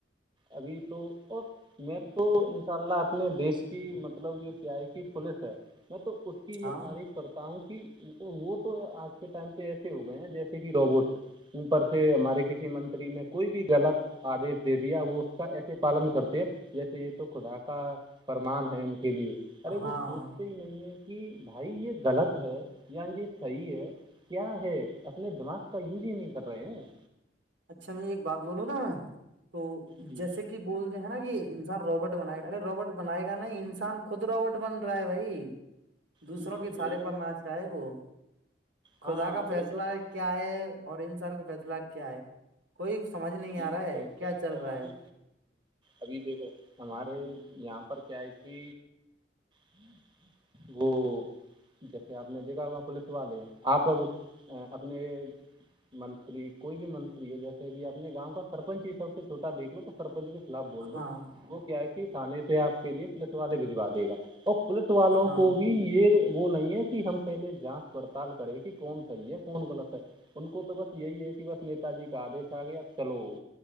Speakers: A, on the right (about 25°); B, on the right (about 85°).
A: ابھی تو اور میں تو ان شاء اللہ اپنے دیش کی مطلب یہ سیائی کی پوولس ہے میں تو اس کی
B: ہاں
A: یہ تعریف کرتا ہوں کہ وہ تو آج کے ٹائم پہ ایسے ہو گئے ہیں جیسے کہ روبوٹ اوپر سے ہمارے کسی منتری میں کوئی بھی غلط آدیش دے دیا وہ اس کا ایسے پالن کرتے ہیں جیسے یہ تو خدا کا فرمان ہے ان کے لیے ارے
B: ہاں
A: وہ سوچتے ہی نہیں ہے کہ بھائی یہ غلط ہے یا یہ صحیح ہے کیا ہے اپنے دماغ اس کا یوز ہی نہیں کر رہے ہیں
B: اچھا میں ایک بات بولوں نا میں تو
A: جی
B: جیسے کہ کہ بولتے ہیں نا کہ انسان روبٹ بنائے گا ارے روبٹ بنائے گا نہیں انسان خود روبٹ بن رہا ہے بھائی دوسروں
A: جی جی
B: کے سارے
A: وہی
B: پر نہچ رہ ہے وہ خدا
A: ہاں
B: کا فیصلہ
A: وہی تو میں
B: ہے کیا ہے اور انسان کا فیصلہ کیا ہے کوئی سمجھ نہیں
A: جی
B: آ رہا ہے
A: وہی
B: کیا
A: تو میں
B: چل
A: کہہ
B: رہا
A: ہوں
B: ہے
A: ابھی دیکھو ہمارے یہاں پر کیا ہے کہ وہ جیسے آپ نے دیکھا ہوا پولیس والے ہیں آپ اب اپنے منتری کوئی بھی منتری ہے جیسے بھی آپ اپنے گاں کا سرپنچ ہی سب سے چھوٹا دیکھ لو تو سرپنچ کے خلاف بول دو
B: ہاں
A: وہ کیا ہے تھے سے آپ کے لی پولیس والے بھجوا دے گا اور پولیس والوں
B: ہاں
A: کو بھی یہ وہ نہیں ہے کہ ہم پہلے جانچ پڑتال کرے کہ کون صحیح ہے کون غلط ہے ان کو تو بس یہی ہے کہ بس نیتا جی کا آدیش آ گیا چلو